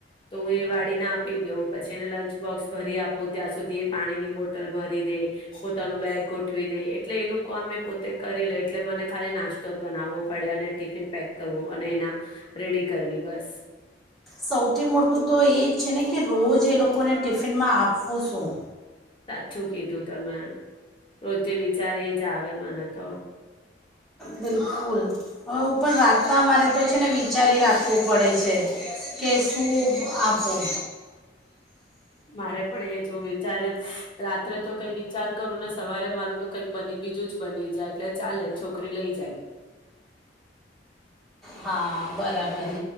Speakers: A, on the left; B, in the centre.
A: તો એ હું એ વાળીને આપી દઉ પછી એને લંચ બોક્સ ભરી આપું ત્યાં સુધી એ પાણીની બોટલ ભરી દે પોતાનું બેગ ગોઠવી દે એટલે એનું કામ એ પોતે કરી લે એટલે મને ખાલી નાસ્તો જ બનાવો પડ્યા અને ટિફિન પેક કરવું અને એના રેડી કરવી બસ
B: સૌથી મોટું તો એજ છે ને કે રોજ એ લોકો લોકોને ટિફિનમાં આપવું શું
A: સાચું કીધું તમે રોજે વિચારે એજ આવે મને તો
B: બિલ ફૂલ હવે પણ રાતના મારે તો છે ને વી વિચારી રાખવું પડે છે કે શું આપું
A: મારે પણ એ જો વિચારે રાત્રે તો કઈ વિચાર કરું ને સવારે મારું તો કઈક બની બીજું જ બની જાય એટલે ચાલે છોકરી લઈ જાય
B: હા બરાબર
A: હમ